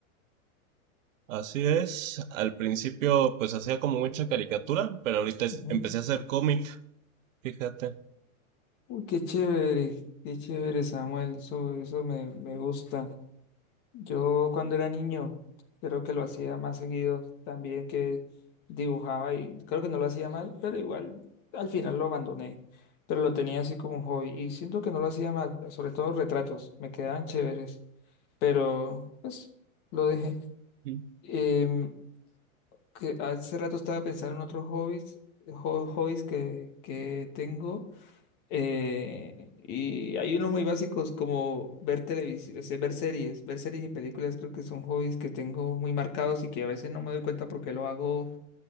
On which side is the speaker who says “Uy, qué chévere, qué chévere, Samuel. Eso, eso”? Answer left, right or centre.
Left